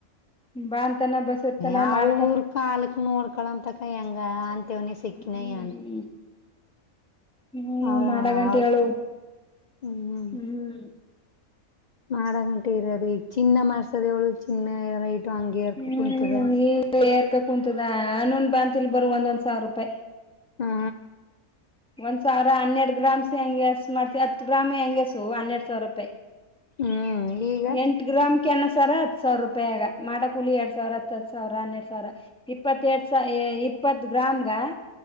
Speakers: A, in the centre; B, on the left (about 45°).
A: ಬಾ ಬಾನತನ ಬಸರತಾನ
B: ಯಾವ
A: ಮಾಡ್ಕ
B: ಊರ್ ಕಾಲಕ್ಕ ನೋಡ್ಕೊಳ್ಳನ ಅಂತಕ ಹೆಂಗ ಅಂತೇವನಿ ಸಿಕ್ಕಿನಯಾ.
A: ಹ್ಮ್ ಹ್ಮ್
B: ಅವರ
A: ಮಾಡಗಂಟ
B: ಅವರು
A: ಹೇಳು
B: ಹುಂ
A: ಹ್ಮ್
B: ಮಾಡಗಂಟಾ ಇರೋದು ಈಗ ಚಿನ್ನ ಮಾಡ್ಸದು ಅವಳು ಚಿನ್ನ ರೇಟು ಹಂಗ ಎರ್ಕ
A: ಹ್ಮ್
B: ಕುಂತದ
A: ಈಗ ಏರ್ಕ ಕುಂತದ ಅನೂ ಬಾಂತಿ ಬರುವಂದೊಂದ್ ಸಾವಿರ ರೂಪಾಯಿ
B: ಹಾ
A: ಒಂದ್ ಸಾವಿರ ಹನ್ನೆರಡ ಗ್ರಾಮಸ್ ಹೆಂಗೆಸ್ ಮಾಡ್ತತಿ ಹತ್ತು ಗ್ರಾಮ್ ಹೆಂಗಸು ಹನ್ನೆರಡ್ ಸಾವಿರ ರೂಪಾಯಿ
B: ಹ್ಮ್ ಈಗ
A: ಎಂಟ ಗ್ರಾಮ್ ನ ಸರಾ ಹತ್ತು ಸಾವಿರ ರೂಪಾಯಿಗಾ ಮಾಡುಕುಲಿ ಎರಡ್ ಸಾವಿರ ಹತ್ತು ಸಾವಿರ ಹನ್ನೆರಡ್ ಸಾವಿರಾ. ಇಪ್ಪತ್ತೆಡ್ ಸ ಇಪ್ಪತ್ ಗ್ರಾಮ್ ಗ್